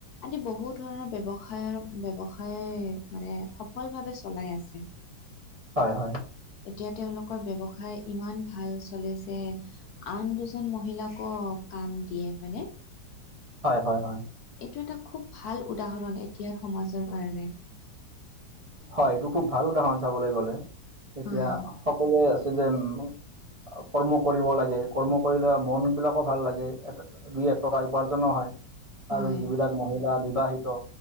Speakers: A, on the left; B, on the right.
A: আদি বহু ধৰণৰ ব্যৱসায়ৰ ব্যৱসায়ে মানে সফল ভাৱে চলাই আছে।
B: হয়, হয়।
A: এতিয়া তেওঁলোকৰ ব্যৱসায় ইমান ভাল চলে যে আন দুজন মহিলাকো কাম দিয়ে হয়নে?
B: হয়, হয়, হয়।
A: এইটো এটা খুব ভাল উদাহৰণ এতিয়াৰ সমাজৰ কাৰণে।
B: হয়, এইটো খুব ভাল উদাহৰণ চাবলৈ গ'লে, এতিয়া
A: হয়
B: সকলোৱে আছে যে উম অ', কৰ্ম কৰিব লাগে কৰ্ম কৰিলে মনবিলাকো ভাল লাগে। ইয়াত দুই এক টকা উপাৰ্জনো হয়।
A: হয়।
B: আৰু যিবিলাক মহিলা বিবাহিত,